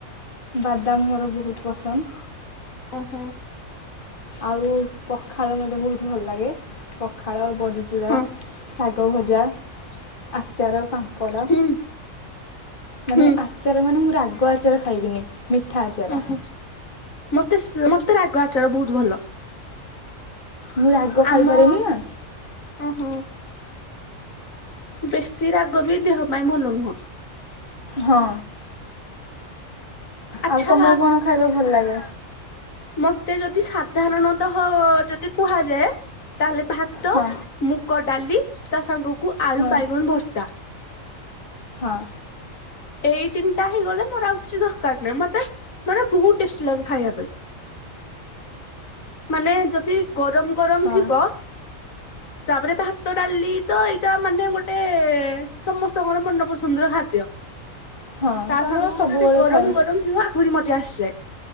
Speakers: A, on the left; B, on the left.
A: ବାଦାମ ମୋର ବହୁତ୍ ପସନ୍ଦ।
B: ଓ ହଁ।
A: ଆଉ ପଖାଳ ମୋତେ ବହୁତ୍ ଭଲ ଲାଗେ। ପଖାଳ ବଡ଼ିଚୁରା
B: ହଁ
A: ଶାଗଭଜା, ଆଚାର, ପାମ୍ପ ମ୍ପଡ।
B: ହୁଁ
A: ମାନେ
B: ହୁଁ
A: ଆଚାର ମାନେ ମୁଁ ରାଗ ଆଚାର ଖାଇବିନି। ମିଠା ଆଚାର।
B: ଓହୋ ମତେ ସ୍ ମତେ ରାଗ ଆଚାର ବହୁତ ଭଲ।
A: ମୁଁ ରାଗ ଖାଇପାରେନି
B: ଆମ
A: ନା
B: ଅଁ ହଁ। ବେଶୀ ରାଗ ବି ଦେହ ପାଇଁ ଭଲ ନୁହଁ।
A: ହଁ।
B: ଆଚ୍ଛା
A: ଆଉ ତମକୁ କଣ ଖାଇବା ଭଲ ଲାଗେ?
B: ମତେ ଯଦି ସାଧାରଣତଃ ଯଦି କୁହାଯାଏ, ତାହେଲେ ଭା ତ,
A: ହଁ
B: ମୁଗ ଡାଲି ତା ସାଙ୍ଗକୁ ଆଳୁ
A: ହଁ
B: ବାଇଗଣ ଭର୍ତ୍ତା।
A: ହଁ।
B: ଏଇ ତିନିଟା ହେଇଗଲେ ମୋର ଆଉ କିଛି ଦରକାର ନାହିଁ। ମତେ ମାନେ ବହୁତ୍ ଟେଷ୍ଟି ଲାଗେ ଖାଇବା ପାଇଁ। ମାନେ ଯଦି ଗରମ ଗରମ
A: ହଁ
B: ଥିବ ତାପରେ ଭାତ ଡାଲି ତ ଏଇଟା ମାନେ ଗୋଟେ ସମସ୍ତଙ୍କର ମନ ପସନ୍ଦର ଖାଦ୍ୟ।
A: ହଁ
B: ତା
A: କାରଣ
B: ସାଙ୍ଗ କୁ
A: ସବୁବେଳେ
B: ଯଦି ଗରମ
A: ଖାଏ
B: ଗରମ ଥିବ ଆହୁରି ମଜା ଆସିଯାଏ।